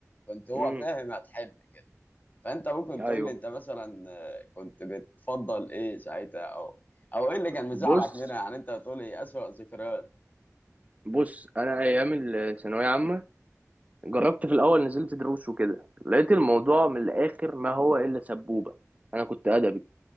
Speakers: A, on the left; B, on the right.
A: كنت هو
B: امم
A: فاهم هتحل كده فانت ممكن
B: أيوه
A: تقول لي انت مثلا آه، كنت بتفضل ايه ساعتها او او ايه اللي كان مزعلك
B: بص
A: منها يعني انت بتقول لي اسوأ ذكريات
B: بص أنا أيام الثانوية عامة جربت في الاول نزلت دروس وكده لقيت الموضوع من الاخر ما هو الا سبوبه انا كنت ادبي